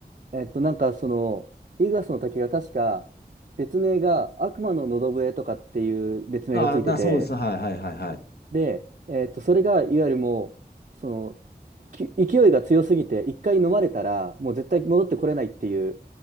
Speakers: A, on the right; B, on the left.
A: えっと、なんかその、イグアスの滝が確か、別名が悪魔の喉笛とかっていう別名がついてて、
B: ああ、な、そうです。はいはいはいはい。
A: で、えっと、それがいわゆるもう、その、き勢いが強すぎて、一回飲まれたら、もう絶対戻ってこれないっていう